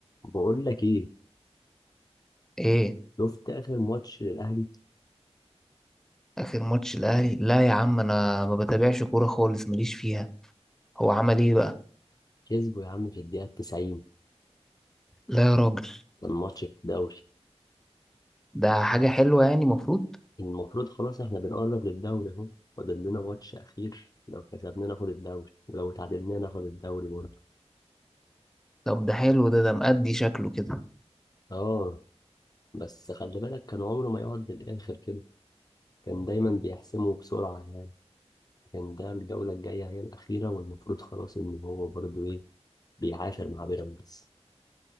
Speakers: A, on the left; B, in the centre.
A: بقول لك ايه
B: ايه
A: شفت اخر ماتش للاهلي
B: اخر ماتش الاهلي لا يا عم انا ما بتابعش كوره خالص ماليش فيها هو عمل ايه بقى
A: كسبه يا عم في الدقيقه 90
B: لا يا راجل
A: كان ماتش في الدوري
B: ده حاجه حلوه يعني مفروض
A: المفروض خلاص احنا بنقرب للدوري اهو فاضل لنا ماتش اخير لو كسبنا ناخد الدوري ولو تعادلنا ناخد الدوري برضه
B: طب ده حلو ده ده مأدي شكله كده
A: اه بس خلي بالك كان عمره ما يقعد للاخر كده كان دايما بيحسمه بسرعه يعني كان ده الجوله الجايه هي الاخيره والمفروض خلاص ان هو برضه ايه بيعافر مع بيراميدز